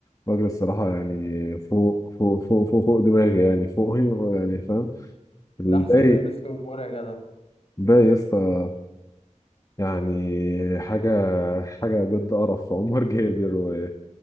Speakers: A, on the left; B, on the left.
A: راجل الصراحة يعني فوق فوق فوق فوق فوق دماغي يعني فوقي <laughs> يعني فاهم الباقي
B: ده أحسن من ميسي ونيمار يا جدع
A: الباقي يا اسطى يعني حاجة حاجة بجد قرف <laughs> عمر جابر و...